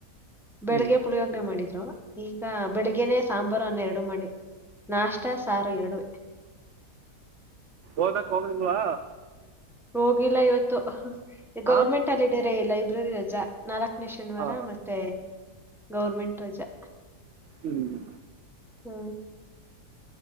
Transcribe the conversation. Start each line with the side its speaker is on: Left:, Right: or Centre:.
Centre: ಬೆಳಿಗ್ಗೆ
Right: ಹ್ಮ್
Centre: ಪುಳಿಯೋಗ್ರ ಮಾಡಿದ್ರು ಈ ಈಗ ಬೆಳಗ್ಗೆನೆ ಸಾಂಬಾರು ಅನ್ನ ಎರಡು ಮಾಡಿ ನಾಷ್ಟ ಸಾರು ಎರಡು
Right: ಓದ ಕ್ ಹೋಗ್ರಲ್ವಾ
Centre: ಹೋಗಿಲ್ಲ ಇವತ್ತು ಗೌರ್ಮೆಂಟ್
Right: ಹಾ
Centre: ಹಾಲಿಡೇ ಲೈಬ್ರರಿ ರಜಾ ನಾಲ್ಕ ನ ಶನಿವಾರ
Right: ಹಾ
Centre: ಮತ್ತೆ ಗೌರ್ಮೆಂಟ್ ರಜಾ
Right: ಹ್ಮ್
Centre: ಹ್ಮ